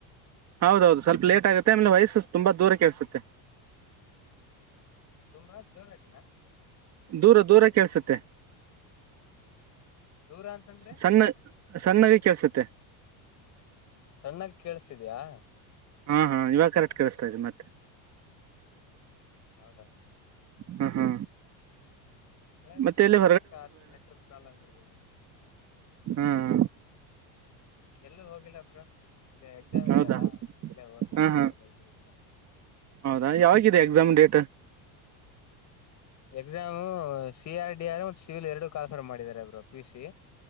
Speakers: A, on the right; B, on the left.
A: ಹೌದೌದು, ಸ್ವಲ್ಪ ಲೇಟ್ ಆಗೆಮೇಲೆ ವಾಯಸ್ಸು ತುಂಬಾ ದೂರ ಕೆೇಳಸುತ್ತೆ.
B: ತುಂಬಾ ಜೋರಾಗಿನ
A: ದೂರ -ದೂರ ಕೇಳಸುತ್ತೆ.
B: ದೂರ ಅಂತಂದ್ರೆ
A: ಸಣ್ಣ, ಸಣ್ಣಾಗಿ ಕೆಲ್ಸತ್ತೆ.
B: ಸಣ್ಣಾಗಿಕೇಳಿಸತಿದಯಾ
A: ಹ್ಮ್, ಹಾ ಇವಾಗ ಕರೆಕ್ಟ್ ಕಿಳಸ್ತಾದೆ ಮತ್ತೆ
B: ಹೌದಾದರು <inaudible>
A: ಹ್ಮ, ಹಾ
B: ಮಳೆ ಬರ್ತಿದೆಲ್ಲ
A: ಮತ್ತೆ ಎಲ್ಲಿ
B: ಅದಕ್ಕೆ ಕ ನೆಟ್ವರ್ಕ್ ಪ್ರಾಬ್ಲಮ್ <unintelligible> ಇರ್ಬಹದು ಇನ್ನು
A: ಹ್ಮ್, ಹ್ಮ್
B: ಎಲ್ಲೂ ಹೋಗಿಲ್ಲ ಬ್ರೋ. ಇಲ್ಲ ಎಕ್ಸಾಮ್ ಇದೆಯಲ್ಲ
A: ಹೌದಾ
B: ಇಲ್ಲೇ ಓದಕ್ಕಂತಿದ್ದೆ
A: ಹಾ ಹಾ
B: ಲೈಬ್ರೂರಿನಲ್ಲಿ.
A: ಹೌದಾ, ಯವಗಿದೆ exam date
B: exam C, R, D, R ಮತ್ತು ಸಿವಿಲ್ ಎರಡು ಕಾಲಿಫರ್ ಮಾಡಿದ್ದಾರೆ ಬ್ರೋ ಪಿ, ಸಿ.